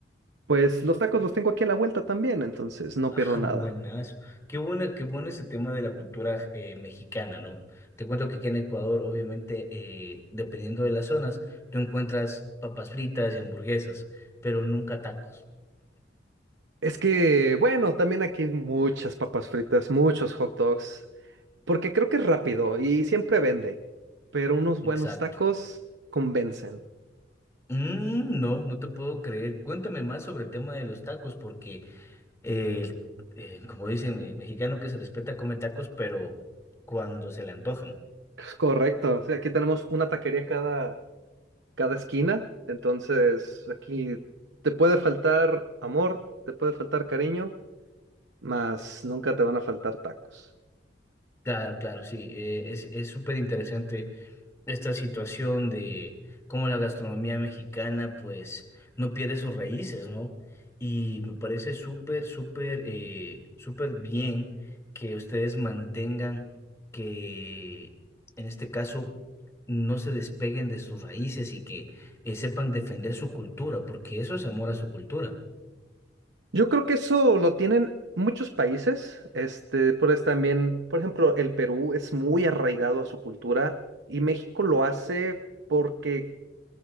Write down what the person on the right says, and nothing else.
pues los tacos los tengo aquí a la vuelta también, entonces no
pierdo nada.
Es que, bueno, también aquí hay muchas papas fritas, muchos hot dogs, porque creo que es rápido y siempre vende, pero unos
buenos tacos convencen.
Correcto. Sí, aquí tenemos una taquería cada, cada esquina. Entonces, aquí te puede faltar amor, te puede faltar cariño, mas nunca te van a faltar tacos.
Yo creo que eso lo tienen muchos países. Este, por eso también, por ejemplo, el Perú es muy arraigado a su cultura y México lo hace porque